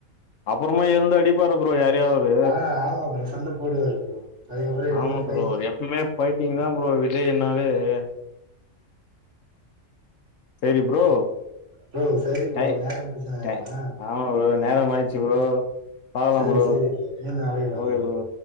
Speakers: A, on the left; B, on the right.
A: அப்புறமா எழுந்து அடிப்பாரு ப்ரோ யாரையோ அவரு
B: ஆ ஆமா ப்ரோ சண்ட போடுவாரு ப்ரோ அதுக்கப்புறோ எழுந்து
A: ஆமா
B: ஃபைட்டு
A: ப்ரோ எப்பவுமே ஃபைட்டிங் தான் ப்ரோ விஜய் அண்ணா <unintelligible> சரி ப்ரோ
B: ப்ரோ சரி ப்ரோ
A: டைம்
B: நேரம் முடிஞ்சுதுனா
A: டைம்
B: ஆ
A: ஆமா ப்ரோ
B: ஆ,
A: நேரம் ஆயிடுச்சு
B: சரி
A: ப்ரோ பாக்கலாம்
B: சரி
A: ப்ரோ
B: சரி மீண்டும் அழைக்கலாம்
A: ஓகே ப்ரோ